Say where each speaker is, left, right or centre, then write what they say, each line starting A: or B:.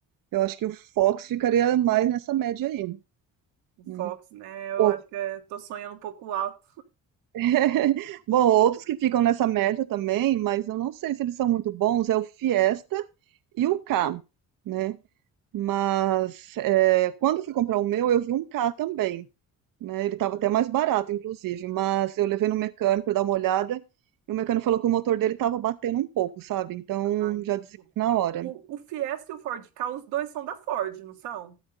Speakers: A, on the right; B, on the right.
A: Eu acho que o Fox ficaria mais nessa média aí,
B: O Fox,
A: né?
B: né? Eu
A: O-
B: acho que é, tô sonhando um pouco alto.
A: <laughs> Bom, outros que ficam nessa média também, mas eu não sei se eles são muito bons, é o Fiesta e o K, né? Mas eh, quando eu fui comprar o meu, eu vi um K também, né? Ele estava até mais barato, inclusive, mas eu levei no mecânico para dar uma olhada e o mecânico falou que o motor dele estava batendo um pouco, sabe? Então
B: Ah, entendi.
A: já desisti na hora.
B: O, o Fiesta e o Ford Ka, os dois são da Ford, não são?